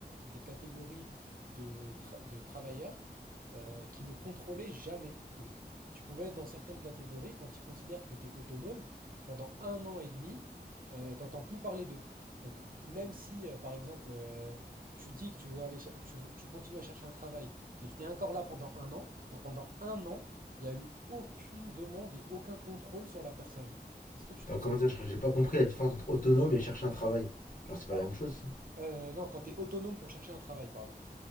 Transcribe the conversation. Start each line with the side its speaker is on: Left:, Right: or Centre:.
Right: des catégories de, tra- de travailleurs euh, qui ne contrôlaient jamais. Donc, tu pouvais être dans certaines catégories, quand ils considèrent que tu es autonome, pendant un an et demi, euh, t'entends plus parler d'eux. Donc, même si, euh, par exemple, euh, tu dis que tu veux aller, cher- tu veux- tu continues à chercher un travail, mais que tu es encore là pendant un an, bah, pendant un an, il n'y a eu aucune demande et aucun contrôle sur la personne. Est-ce que tu
Left: Attends,
Right: trouves
Left: comment
Right: ça normal?
Left: ça, je- j'ai pas compris la différence entre autonome et chercher un travail. Genre, c'est pas
Right: Bah,
Left: la même chose, si.
Right: Euh, non, quand tu es autonome pour chercher un travail, pardon.